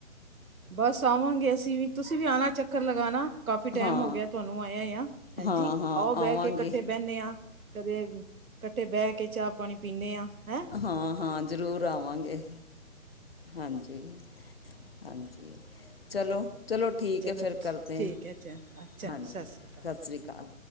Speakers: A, on the right (about 80°); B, on the left (about 45°).
A: ਬਸ ਆਵਾਂਗੇ ਅਸੀਂ ਵੀ ਤੁਸੀਂ ਵੀ ਆਣਾ ਚੱਕਰ ਲਗਾਣਾ ਕਾਫ਼ੀ ਟਾਈਮ
B: ਹਾਂ
A: ਹੋ ਗਿਆ ਤੁਹਾਨੂੰ ਆਏਆ ਆ ਹਾਂਜੀ
B: ਹਾਂ ਹਾਂ
A: ਆਓ ਬਹਿ
B: ਆਵਾਂਗੇ
A: ਕੇ ਇਕੱਠੇ ਬਹਿੰਦੇ ਆਂ ਕਦੇ ਇਕੱਠੇ ਬਹਿ ਕੇ ਚਾਹ ਪਾਣੀ ਪੀਂਦੇ ਹਾਂ ਹੈ
B: ਹਾਂ-ਹਾਂ ਜ਼ਰੂਰ ਆਵਾਂਗੇ ਹਾਂਜੀ ਹਾਂਜੀ ਚਲੋ ਚਲੋ ਠੀਕ
A: ਚ- ਚਲੋ
B: ਹੈ ਫਿਰ
A: ਠੀ-
B: ਕਰਦੇ
A: ਠੀਕ
B: ਹਾਂ
A: ਹੈ ਅੱਛਾ ਅੱਛਾ
B: ਹਾਂਜੀ
A: ਸਤਿ ਸ੍ਰੀ ਅਕਾਲ
B: ਸਤਿ ਸ਼੍ਰੀ ਅਕਾਲ